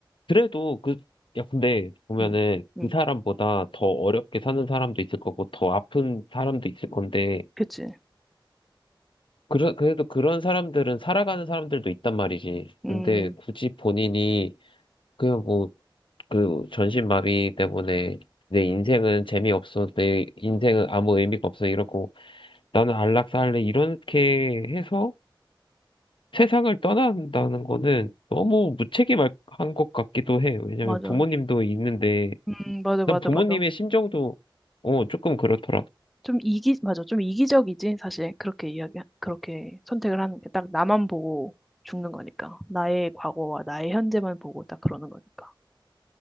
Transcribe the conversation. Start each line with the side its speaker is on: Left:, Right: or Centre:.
Left: 그래도 그 야, 근데 보면은
Centre: 응, 응,
Left: 그 사람보다 더 어렵게 사는 사람도 있을 거고 더 아픈 사람도 있을 건데
Centre: 그치.
Left: 그래, 그래도 그런 사람들은 살아가는 사람들도 있단 말이지.
Centre: 음,
Left: 근데 굳이 본인이 그냥 뭐, 그, 전신마비 때문에 내 인생은 재미없어, 내 인생은 아무 의미가 없어, 이러고, 나는 안락사할래, 이렇게 해서 세상을 떠난다는 거는 너무 무책임한 것 같기도 해. 왜냐면
Centre: 맞아.
Left: 부모님도 있는데,
Centre: 음, 맞아, 맞아,
Left: 난 부모님의
Centre: 맞아.
Left: 심정도, 어, 조금 그렇더라.
Centre: 좀 이기, 맞아. 좀 이기적이지, 사실. 그렇게 이야기, 그렇게 선택을 하는 게 딱 나만 보고 죽는 거니까. 나의 과거와 나의 현재만 보고 딱 그러는 거니까.